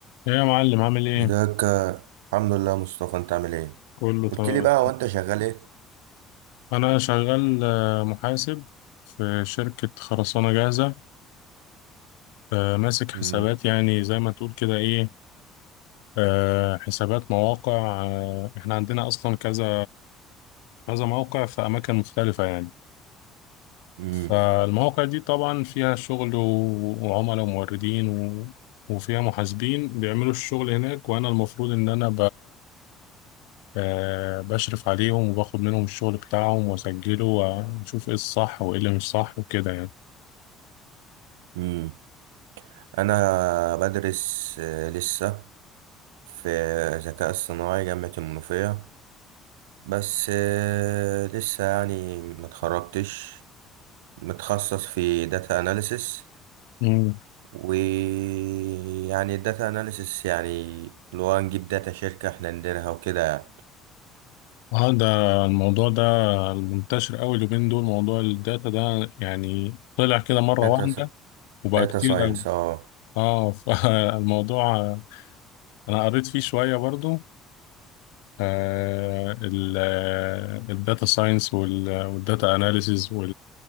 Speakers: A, on the left; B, on the right.
A: ايه يا معلم عامل ايه؟
B: ازيك الحمد لله يا مصطفى انت عامل ايه
A: كله
B: قلت
A: تمام
B: لي بقى هو انت شغال ايه
A: انا شغال آه، محاسب في شركة خرسانة جاهزة آه، ماسك حسابات
B: امم
A: يعني زي ما تقول كده ايه آه، حسابات مواقع آه، احنا عندنا اصلا كذا كذا موقع في اماكن مختلفة يعني
B: امم
A: فالمواقع دي طبعا فيها شغل و- وعملاء وموردين و- وفيها محاسبين بيعملوا الشغل هناك وانا المفروض ان انا آه، بشرف عليهم وباخد منهم الشغل بتاعهم وأسجله وأشوف إيه الصح وإيه اللي مش صح وكده يعني
B: امم انا بدرس آه، لسه في ذكاء اصطناعي جامعة المنوفية بس آه، لسه يعني ما اتخرجتش متخصص في داتا اناليسس
A: مم.
B: ويعني الداتا اناليسس يعني اللي هو نجيب داتا شركة احنا نديرها وكده يعني
A: اه ده الموضوع ده المنتشر قوي اليومين دول موضوع الداتا ده يعني طلع كده مرة
B: داتا
A: واحدة وبقى
B: داتا
A: كتير
B: ساينس
A: قوي
B: اه
A: اه فالموضوع <laughs> انا قريت فيه شوية برضو آه ال- آه، الداتا ساينس وال- والداتا اناليسيز